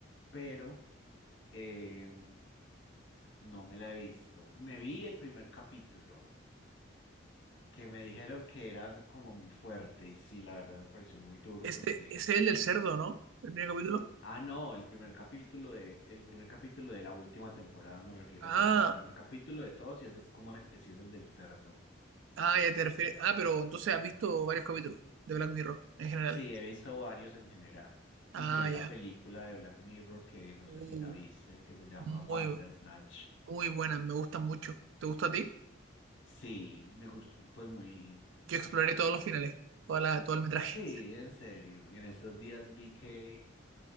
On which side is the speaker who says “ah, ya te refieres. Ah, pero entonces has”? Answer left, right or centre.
Right